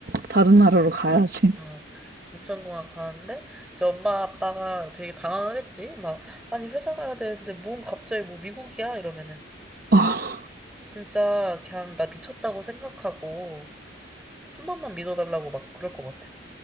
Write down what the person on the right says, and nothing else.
다른 나라로 가야지.
어